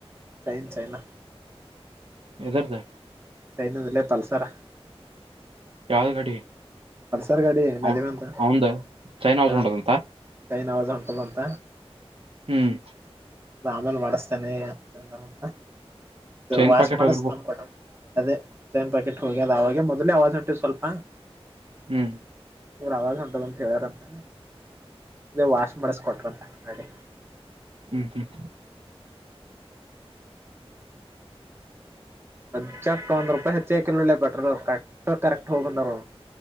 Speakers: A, on the right; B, on the right.
A: ಚೈನ್ ಚೈನಾ
B: ಎದರ್ದ
A: <unintelligible> ಪಲ್ಸರ
B: ಯಾವ್ದ್ ಗಾಡಿ
A: ಪಲ್ಸರ್ ಗಾಡಿ <unintelligible>
B: ಅವನ್ ಅವಂದ ಚೈನ್ ಹೌಸ್
A: ಹ
B: ಉಂಟದಂತ
A: ಚೈನ್ ಅವಾಜ್ ಆತದಂತ
B: ಹ್ಮ್
A: ಆಮೇಲೆ ಮಾಡಸ್ತೇನೆ ಅಂತಂದಂತ
B: ಚೈನ್
A: ವಾಶ್
B: ಪಾಕೆಟ್ ಹೋಗಿರ್ಬೇಕು
A: <unintelligible> ಅದೇ ಚೈನ್ ಪ್ಯಾಕೆಟ್ ಹೋಗಿ ಅದ ಅವಾಗ ಮೊದಲೇ ಆವಾಜ ಹೊಂಟಿತ್ತು ಸ್ವಲ್ಪ
B: ಹಾ
A: ಜರ ಅವಾಜ್ ಹೊಂಟದ ಅಂತ ಹೇಳಿದಾರಂತ ಅದೇ ವಾಶ್ ಮಾಡಸಕೊಟ್ರ ಅಂತ ಮಾಡಡಿ
B: ಹ್ಮ್ ಹ್ಮ್
A: ಎಕ್ಸಾಟ್ ಒಂದ್ ರೂಪಾಯಿ ಹೆಚ್ಚಿಗೆ ಹಾಕಿಲ್ಲ ನೋಡು ಪೆಟ್ರೋಲ್ ಅವರು ಕಕ್ಟ್ ಕರೆಕ್ಟ್ ಹೋಗ ಬಂದ್ರು